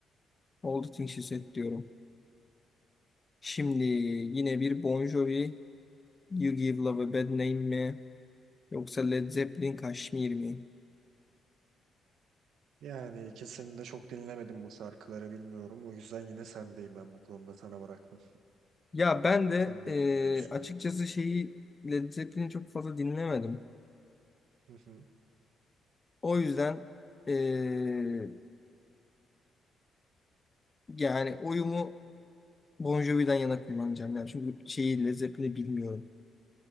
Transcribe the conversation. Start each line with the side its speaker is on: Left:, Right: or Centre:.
Left: Old Sixties diyorum. Şimdi yine bir Bon Jovi You Give Love a Bad Name mi? Yoksa Led Zeppelin Kashmir mi?
Right: Yani ikisini de çok dinlemedim bu şarkıları bilmiyorum. O yüzden yine sendeyim ben bu konuda sana bıraktım.
Left: Ya ben de
Right: Sen ne
Left: eee,
Right: düşünüyorsun?
Left: açıkçası şeyi Led Zeppelin'i çok fazla dinlemedim.
Right: Hı hı.
Left: O yüzden eee, yani oyumu Bon Jovi'den yana kullanacağım. Yani çünkü şeyi Led Zeppelin'i bilmiyorum.